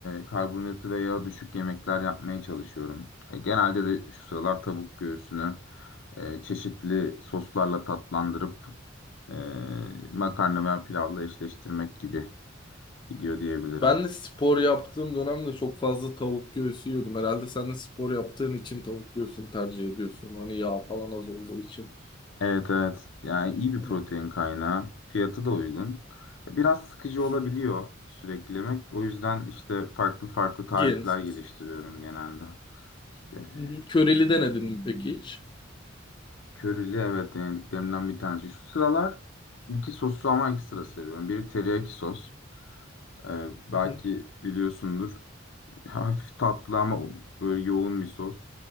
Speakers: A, on the left; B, on the left.
A: karbonhidratı ve yağı düşük yemekler yapmaya çalışıyorum. E, genelde de şu sıralar tavuk göğsünü e, çeşitli soslarla tatlandırıp e, makarna veya pilavla eşleştirmek gibi gidiyor diyebilirim.
B: Ben de spor yaptığım dönemde çok fazla tavuk göğsü yiyordum. Herhalde sen de spor yaptığın için tavuk göğsünü tercih ediyorsun. Hani yağ falan az olduğu için.
A: Evet evet. Yani iyi bir protein
B: Evet.
A: kaynağı. Fiyatı da uygun. E, Biraz sıkıcı olabiliyor
B: Hı hı.
A: sürekli yemek. O yüzden işte farklı farklı tarifler
B: Yeğenim sos.
A: geliştiriyorum genelde. İşte e,
B: Hı hı. Köreli denedin mi peki hiç?
A: körili evet denediklerimden bir tanesi. Şu sıralar iki sosu ama ekstra seviyorum. Biri teriyaki sos. E, belki
B: Hı hı.
A: biliyorsundur. <laughs> Hafif tatlı ama böyle yoğun bir sos.